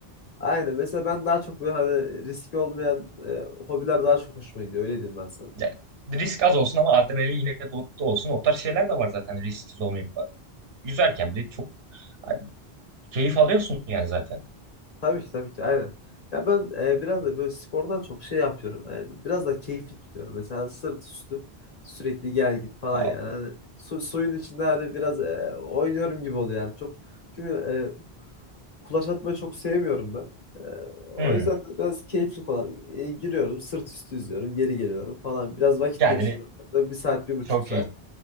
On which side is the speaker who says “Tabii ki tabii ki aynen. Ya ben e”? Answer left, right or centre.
Left